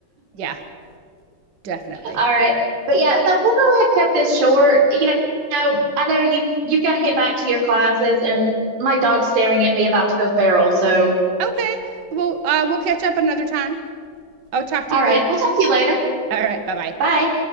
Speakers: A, on the right; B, on the right.
A: Yeah, definitely.
B: All right. But yeah, so we'll go ahead and cut this short. You know, know, I know you you've got to get back to your classes and my dog's staring at me about to go feral. So,
A: Okay. Well, uh, we'll catch up another time. I'll talk to
B: all
A: you
B: right.
A: later.
B: We'll talk to you later.
A: All right. Bye bye.
B: Bye.